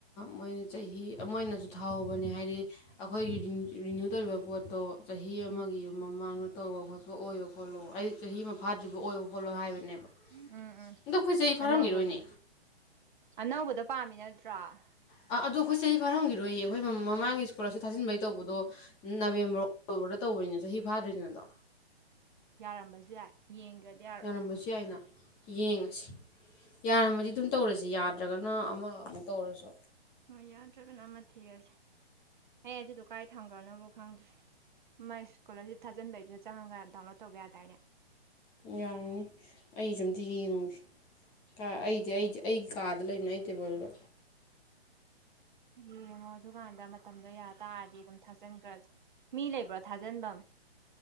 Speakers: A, on the left (about 15°); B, on the right (about 45°).
A: ꯃꯣꯏꯅ ꯆꯍꯤ ꯑꯃ ꯑꯣꯏꯅꯁꯨ ꯊꯥꯎꯍꯧꯕꯅꯦ ꯍꯥꯏꯗꯤ ꯑꯩꯈꯣꯏꯒꯤ ꯔꯤꯅ꯭ꯌꯨ ꯇꯧꯔꯤꯕ ꯄꯣꯠꯇꯣ ꯆꯍꯤ ꯑꯃꯒꯤ
B: ꯎꯝ
A: ꯃꯃꯥꯡꯗ ꯇꯣꯕꯍ ꯑꯣꯏꯣ ꯈꯣꯠꯂꯣ ꯑꯩ ꯆꯍꯤ ꯑꯃ ꯐꯥꯗ꯭ꯔꯤꯕ ꯑꯣꯏꯣ ꯈꯣꯠꯂꯣ ꯍꯥꯏꯕꯅꯦꯕ
B: ꯎꯝ ꯎꯝ ꯎꯝ
A: ꯑꯗꯣ ꯑꯩꯈꯣꯏ ꯆꯍꯤ ꯐꯥꯔꯝꯈꯤꯔꯣꯏꯅꯦ
B: ꯑꯅꯧꯕꯗꯣ ꯑꯅꯧꯕꯗꯣ ꯄꯥꯝꯃꯤ ꯅꯠꯇ꯭ꯔꯥ
A: ꯑ ꯑꯗꯣ ꯑꯩꯈꯣꯏ ꯆꯍꯤ ꯐꯥꯔꯝꯈꯤꯔꯣꯏꯌꯦ ꯑꯩꯈꯣꯏ ꯃꯃꯥꯡꯒꯤ ꯁ꯭ꯀꯨꯜꯁꯨ ꯊꯥꯖꯤꯟꯕꯩ ꯇꯧꯕꯗꯣ ꯅꯕꯦꯝꯕꯔ ꯑꯣꯛꯇꯣꯕꯔꯗ ꯇꯧꯕꯅꯤꯅ ꯆꯍꯤ ꯐꯥꯗ꯭ꯔꯤꯁꯤꯅꯗꯣ
B: ꯌꯥꯔꯝꯕꯁꯨ ꯌꯥꯏ ꯌꯦꯡꯗ꯭ꯔꯗꯤ ꯌꯥꯔꯣꯏ
A: ꯌꯥꯔꯝꯕꯁꯨ ꯌꯥꯏꯅ ꯌꯦꯡꯉꯁꯤ ꯌꯥꯔꯝꯃꯗꯤ
B: ꯌꯦꯡꯉꯁꯤ
A: ꯑꯗꯨꯝ ꯇꯧꯔꯁꯤ ꯌꯥ ꯖꯒꯅ ꯑꯃꯃꯨꯛ ꯇꯧꯔꯁꯨ
B: ꯍꯣꯏ ꯌꯥꯗ꯭ꯔꯒꯅ ꯑꯃ ꯊꯤꯔꯁꯤꯦ ꯑꯩꯌꯦ ꯑꯗꯨꯗ ꯎꯀꯥꯏ ꯊꯝꯒꯅꯕꯨ ꯈꯪꯗ꯭ꯔꯤ ꯃꯥꯏ ꯏꯁꯀꯣꯂꯥꯔꯁꯤꯞ ꯊꯥꯖꯤꯟꯕꯩꯗꯨꯗ ꯆꯪꯉꯒ ꯗꯥꯎꯟꯂꯣꯗ ꯇꯧꯕ ꯌꯥꯗꯥꯏꯅꯦ
A: ꯌꯥꯔꯅꯤ ꯑꯩ ꯁ ꯑꯝꯇ ꯌꯦꯡꯉꯨꯁꯤ ꯑꯩꯗꯤ ꯑꯩꯗꯤ ꯑꯩꯒꯤ ꯀꯥꯗ ꯂꯩꯕꯅꯦ ꯑꯩ ꯇꯦꯕꯜꯗꯣ
B: ꯌꯦ ꯃꯗꯨꯒ ꯗ ꯃꯇꯝꯗꯣ ꯌꯥꯔ ꯇꯥꯔꯗꯤ ꯑꯗꯨꯝ ꯊꯥꯖꯤꯟꯈ꯭ꯔꯦ ꯃꯤ ꯂꯩꯕ꯭ꯔꯣ ꯊꯥꯖꯤꯟꯐꯝ